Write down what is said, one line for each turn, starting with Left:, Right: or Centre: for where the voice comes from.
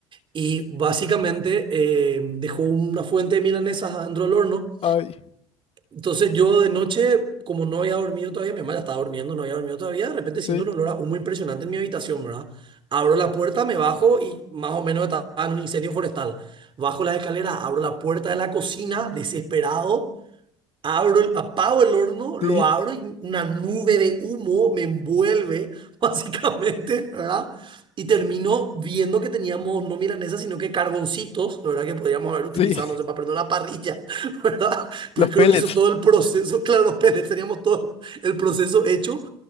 Right: y básicamente eh, dejó una fuente de milanesas adentro del horno.
Left: ay,
Right: Entonces yo de noche, como no había dormido todavía, mi mamá ya estaba durmiendo, no había dormido todavía, de repente siento
Left: sí,
Right: un olor a humo impresionante en mi habitación, ¿verdad? Abro la puerta, me bajo y más o menos estaba en un incendio forestal. Bajo las escaleras, abro la puerta de la cocina, desesperado, Abro, el- apago el horno,
Left: sí,
Right: lo abro y una nube de humo me envuelve, <laughs> básicamente, ¿verdad? Y termino viendo que teníamos no milanesas, sino que carboncitos, ¿verdad? Que podríamos haber utilizado,
Left: sí.
Right: no sé, para prender una parrilla, <laughs> ¿verdad? Pues
Left: Los
Right: creo
Left: pellets,
Right: que hizo todo el proceso, <laughs> claro, los pellets teníamos todo el proceso hecho.